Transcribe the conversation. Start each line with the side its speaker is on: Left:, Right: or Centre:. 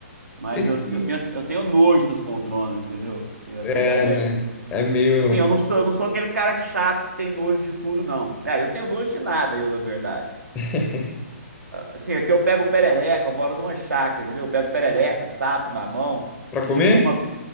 Right: mas
Left: Esse
Right: eu, eu tenho, eu tenho nojo das poltronas, entendeu? A
Left: é,
Right: verdade
Left: né?
Right: é. essa.
Left: É meio.
Right: Assim, eu não sou, eu não sou aquele cara chato que tem nojo de tudo, não. Aliás, eu não tenho nojo de nada, eu, na verdade.
Left: <laughs>
Right: Assim, aqui eu pego perereca, eu moro numa chácara, entendeu? Eu pego perereca, sapo na mão.
Left: Pra
Right: Esse
Left: comer?
Right: dia tinha uma.